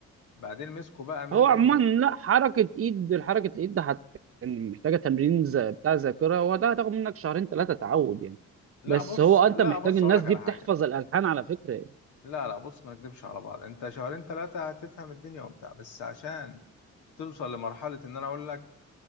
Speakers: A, on the left; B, on the right.
A: بعدين مسكوا بقى مني
B: هو عموما
A: و...
B: لا حركة ايد حركة الايد ده حت... يعني محتاجة تمرين ز- بتاع ذاكرة وده هتاخد منك شهرين ثلاثة تعود يعني
A: لا
B: بس
A: بص
B: هو انت
A: لا
B: محتاج
A: بص
B: الناس
A: أقولك
B: دي
A: على
B: بتحفظ
A: حاجة
B: الالحان على فكرة يعني.
A: لا لا بص ما نكدبش على بعض أنت شهرين ثلاثة هتفهم الدنيا وبتاع بس عشان توصل لمرحلة إن أنا أقول لك